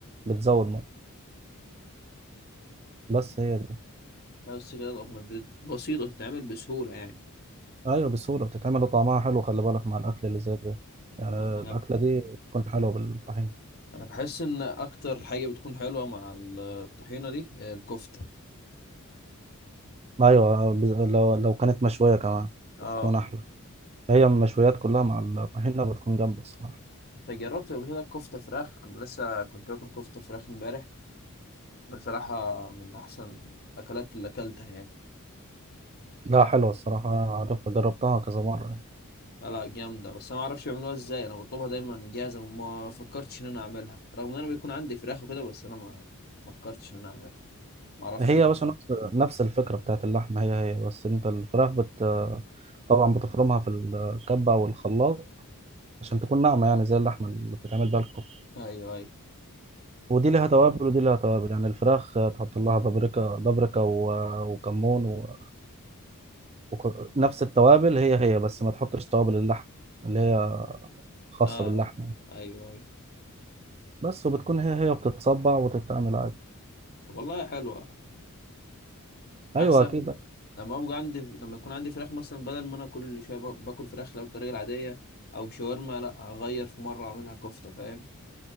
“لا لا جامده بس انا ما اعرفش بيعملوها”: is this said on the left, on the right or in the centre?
Left